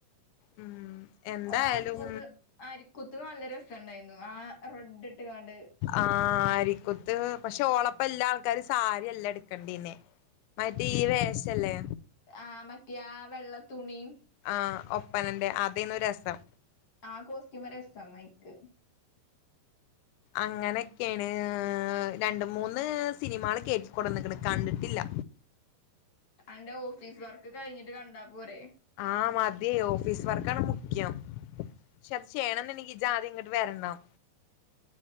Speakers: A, on the left; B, on the left.
A: ഉം എന്തായാലും
B: ഓളെ അരിക്കൂത്ത് അരിക്കൂ ത് നല്ല രസണ്ടായിരുന്നു ആ റെഡ് ഇട്ട് കാണ്ട്
A: ആഹ് അരിക്കുത്ത് പക്ഷെ ഓളപ്പ എല്ലാ ആൾക്കാരും സാരി അല്ലാ എടുക്കണ്ടിന്നെ മറ്റേ ഇവ വേഷല്ലേ
B: ആഹ് മറ്റേ ആ വെള്ളത്തുണിയും
A: ആ ഒപ്പനന്റെ അതേന്നു രസം
B: ആഹ് കോസ്റ്റ്യൂമ് രസം അയിക്ക്
A: അങ്ങനൊക്കെയാണ് രണ്ട് മൂന്ന് സിനിമകള് കേറ്റിക്കൊടന്ന്ക്ണ് കണ്ടിട്ടില്ല
B: അന്റെ ഓഫീസ് വർക്ക് കഴിഞ്ഞിട്ട് കണ്ടാ പോരെ
A: ആഹ മതി ഓഫീസ് വർക്ക ആണ് മുഖ്യം പക്ഷെ അത് ചെയ്യണംന്ന്നക്ക്ജാ ആദ്യം ഇങ്ങോട്ട് വരണം